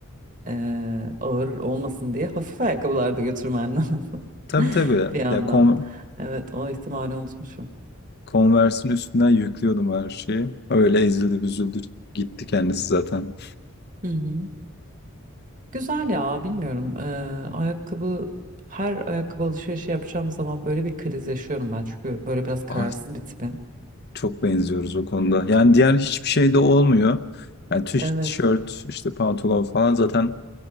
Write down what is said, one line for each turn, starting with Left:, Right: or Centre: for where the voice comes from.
Right: eh, ağır olmasın diye hafif ayakkabılarda götürmen lazım
Left: Tabii tabii.
Right: <laughs> bir yandan.
Left: Ya kon-
Right: Evet o ihtimali unutmuşum.
Left: Converse'in üstünden yüklüyordum her şeyi. Öyle ezildi büzüldü gitti kendisi zaten.
Right: Hı hı. Güzel ya bilmiyorum. Eh, ayakkabı her ayakkabı alışverişi yapacağım zaman böyle bir kriz yaşıyorum ben. Çünkü böyle biraz kararsız
Left: Ah,
Right: bir tipim.
Left: çok benziyoruz o konuda. Yani diğer hiçbir şey de olmuyor. Yani tiş-
Right: Evet.
Left: tişört, işte pantolon falan zaten